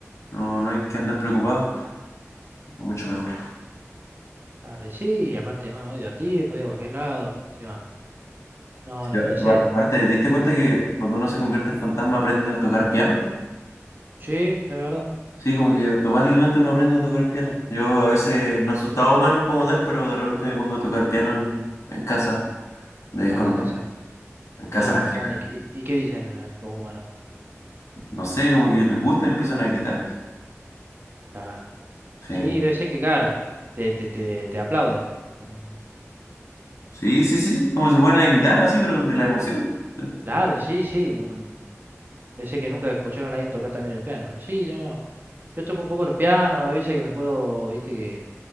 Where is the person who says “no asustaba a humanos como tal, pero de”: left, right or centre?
Left